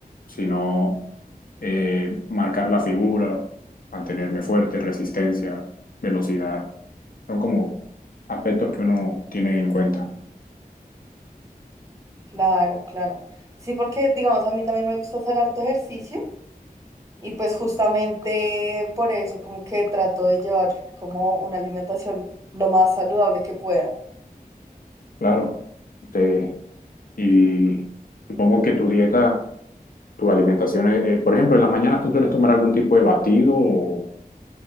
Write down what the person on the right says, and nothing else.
Claro, claro. Sí, porque digamos, a mí también me gusta hacer harto ejercicio y pues justamente por eso como que trato de llevar como una alimentación lo más saludable que pueda.